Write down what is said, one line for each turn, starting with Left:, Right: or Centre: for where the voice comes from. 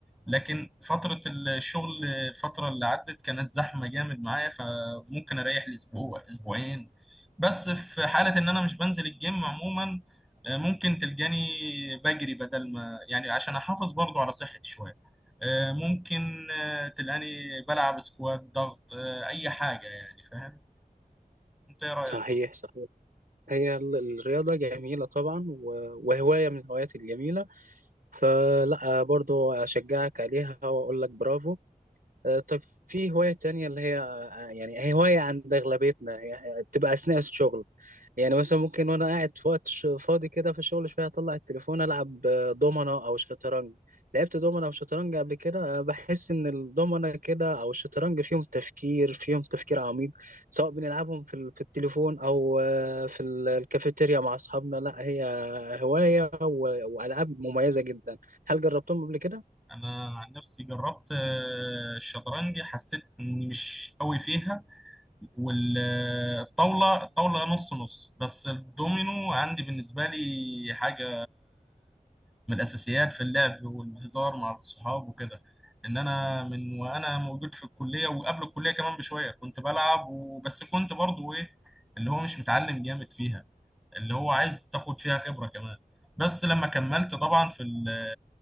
Centre: لكن فترة الشغل الفترة اللي عدت كانت زحمة جامد معايا فممكن أريح لأسبوع أسبوعين بس في حالة إن أنا مش بنزل الجيم عموما آه، ممكن تلجاني بجري بدل ما يعني عشان أحافظ برضو على صحتي شوية آه، ممكن آه، تلقاني بلعب سكوات ضغط آه، أي حاجة يعني فاهم أنت إيه رأيك؟
Right: صحيح صحيح هي ال- الرياضة جميلة طبعا و- وهواية من الهوايات الجميلة فلا برضو اشجعك عليها واقول لك برافو آه، طب في هواية تانية اللي هي آه، يعني هي هواية عند اغلبيتنا هي- هي بتبقى اثناء الشغل يعني مثلا ممكن وانا قاعد في وقت ش- فاضي كده في الشغل شويه اطلع التليفون العب آه، دومنه او شطرنج لعبت دومنه او شطرنج قبل كده آه، بحس ان الدومنه كده او الشطرنج فيهم تفكير فيهم تفكير عميق سواء بنلعبهم في ال- في التليفون او آه، في ال- الكافيتيريا مع اصحابنا لا هي هوايه و- والعاب مميزه جدا هل جربتهم قبل كده
Centre: انا عن نفسي جربت آه، الشطرنج حسيت اني مش قوي فيها والطاوله الطاوله نص نص بس الدومينو عندي بالنسبه لي حاجه من الاساسيات في اللعب والهزار مع الصحاب وكده ان انا من وانا موجود في الكليه وقبل الكليه كمان بشويه كنت بلعب وبس كنت برضو ايه اللي هو مش متعلم جامد فيها اللي هو عايز تاخد فيها خبرة كمان بس لما كملت طبعا في ال-